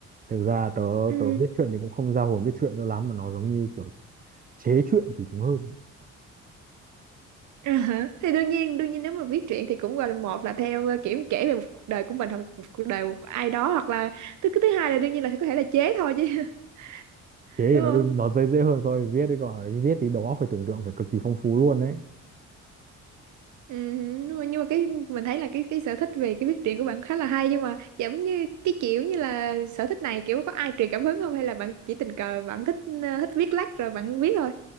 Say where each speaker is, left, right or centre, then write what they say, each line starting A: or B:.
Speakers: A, on the right; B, on the right.
A: thực ra tớ
B: ừ
A: tớ viết truyện thì cũng không ra hồn viết truyện đâu lắm mà nó giống như kiểu chế truyện thì đúng hơn
B: à, hả? thì đương nhiên đương nhiên nếu mà viết truyện thì cũng gọi là một là theo ờ, kiểu kể về một cuộc đời của mình hoặc là một cuộc đời của ai đó hoặc là thứ cái thứ hai là đương nhiên là có thể là chế thôi chứ <laughs>
A: chế thì
B: đúng
A: nó
B: không
A: đơn- nó dễ dễ hơn so với viết đấy còn là viết thì đầu óc phải tưởng tượng phải cực kỳ phong phú luôn đấy
B: Ừ, nhưng mà nhưng mà cái mình thấy là cái cái sở thích về cái viết truyện của bạn khá là hay nhưng mà giống như cái kiểu như là sở thích này kiểu có ai truyền cảm hứng không hay là bạn chỉ tình cờ bạn thích ờ, thích viết lách rồi bạn viết thôi.